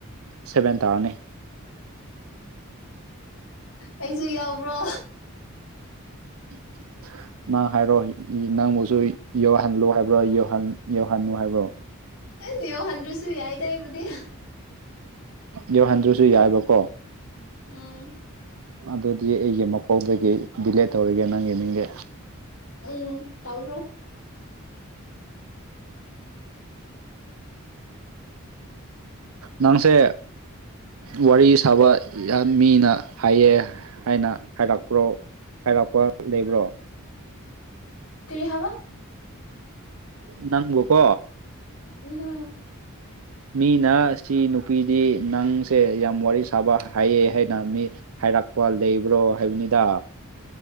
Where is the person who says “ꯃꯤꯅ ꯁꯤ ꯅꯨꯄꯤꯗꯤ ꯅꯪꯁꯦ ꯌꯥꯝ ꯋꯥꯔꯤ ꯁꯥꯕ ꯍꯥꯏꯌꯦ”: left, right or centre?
Right